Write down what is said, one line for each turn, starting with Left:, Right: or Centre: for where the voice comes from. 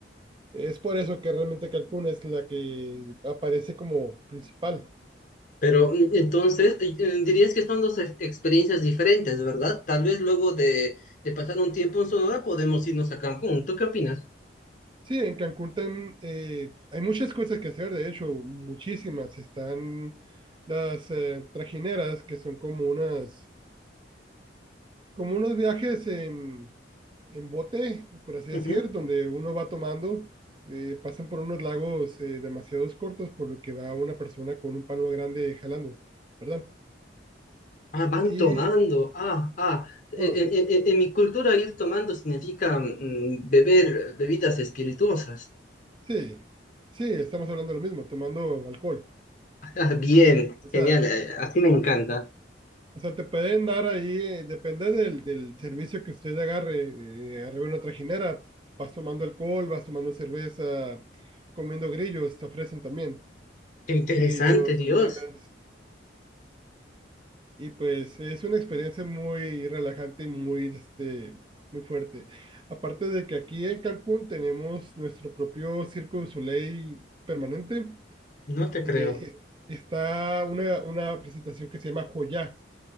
Right: es por eso que realmente Cancún es la que aparece como principal.
Left: Pero mm, entonces eh, eh, dirías que son dos ex- experiencias diferentes, ¿verdad? Tal vez luego de, de pasar un tiempo en Sonora podemos irnos a Cancún. ¿Tú qué opinas?
Right: Sí, en Cancún tem- eh, hay muchas cosas que hacer, de hecho, muchísimas. Están las eh, trajineras, que son como unas, como unos viajes en, en bote, por así decir,
Left: Ujú.
Right: donde uno va tomando, eh, pasan por unos lagos eh, demasiados cortos, por lo que va una persona con un palo grande jalando, ¿verdad?
Left: Ah, van
Right: Y,
Left: tomando. Ah, ah. E-
Right: bueno, sí,
Left: e- e- e- En, mi cultura ir tomando significa mm, beber bebidas espirituosas. <laughs>
Right: sí, sí, estamos hablando de lo mismo, tomando alcohol.
Left: Ah, bien,
Right: O sea,
Left: genial. eh, Así me encanta.
Right: O sea, te pueden dar ahí, eh, depende del, del servicio que usted agarre, eh, arriba en una trajinera, vas tomando alcohol, vas tomando cerveza, comiendo grillos, te ofrecen también
Left: Qué interesante,
Right: grillos,
Left: Dios.
Right: hormigas, y pues es una experiencia muy relajante y muy, este, muy fuerte. Aparte de que aquí en Cancún tenemos nuestro propio Circo du Soleil permanente,
Left: No te
Right: eh,
Left: creo.
Right: es- está una, una presentación que se llama Joya